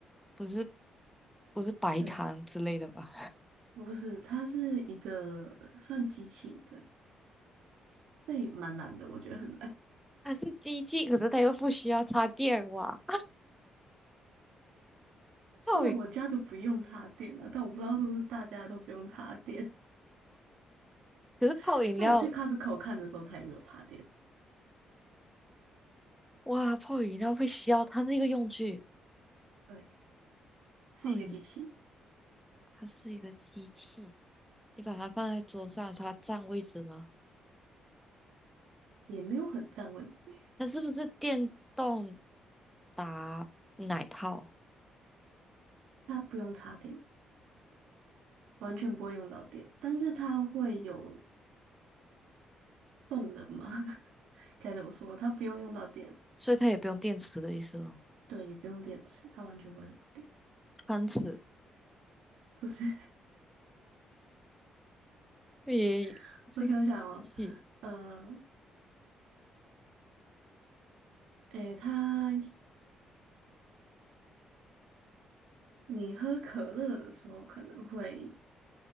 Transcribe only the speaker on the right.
对，不是，它是一个算机器，对，这也蛮难的，我觉得很难。
<laughs> 至少我家都不用插电啊，
但我不知道是不是大家都不用插电。
<laughs> 但我去 Costco 看的时候，它也没有插电。
对，是一个机器，
也没有很占位置耶，
它不用插电，完全不会用到电，但是它会有动能嘛？<laughs> 该怎么说？它不用用到电，
对，也不用电池，它完全不会用到电。
不是，
<laughs> 我想想哦，呃，诶，它你喝可乐的时候可能会